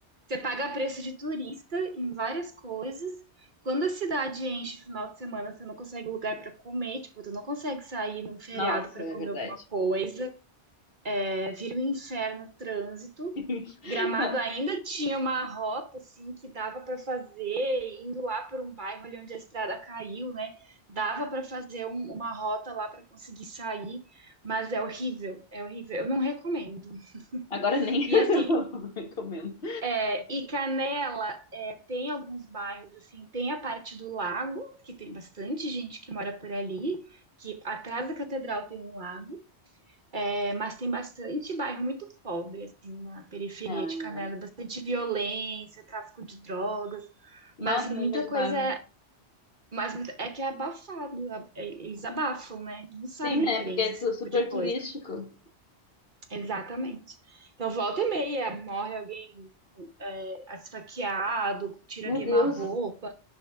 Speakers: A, on the right; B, on the left.
A: Você paga preço de turista em várias coisas. Quando a cidade enche final de semana, você não consegue lugar para comer, tipo, tu não consegue sair num feriado
B: Nossa,
A: para
B: é
A: comer
B: verdade.
A: alguma coisa é, vira um inferno o trânsito.
B: <laughs>
A: Gramado ainda tinha uma rota assim que dava para fazer indo lá por um bairro ali onde a estrada caiu, né? Dava para fazer um- uma rota lá para conseguir sair, mas é horrível, é horrível. Eu não recomendo. <laughs>
B: Agora nem
A: E
B: <laughs> eu
A: assim,
B: recomendo.
A: é, e Canela é, tem alguns bairros assim, tem a parte do lago que tem bastante gente que mora por ali, que atrás da catedral tem um lago. É, mas tem bastante bairro muito pobre, assim, na periferia
B: Ah,
A: de Canela, bastante violência, tráfico de drogas,
B: nossa,
A: mas muita
B: eu não imaginava.
A: coisa é, mas muita- é que é abafado, a- é- eles abafam, né? Não sai
B: Sim,
A: na
B: né?
A: imprensa
B: Porque é
A: esse
B: tu-
A: tipo
B: super
A: de coisa.
B: turístico.
A: Exatamente. Então, volta e meia, morre alguém é, esfaqueado, tira
B: Meu
A: queima-roupa.
B: Deus.